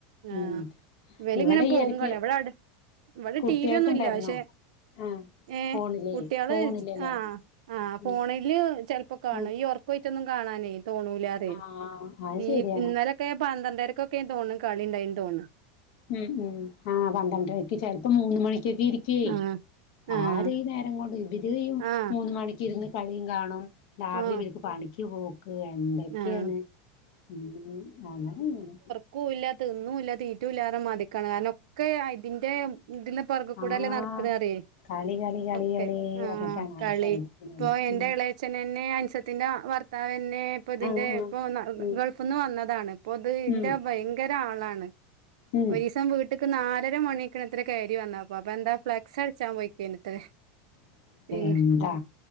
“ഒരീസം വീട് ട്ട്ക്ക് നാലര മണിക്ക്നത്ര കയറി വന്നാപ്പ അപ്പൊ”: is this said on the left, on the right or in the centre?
Right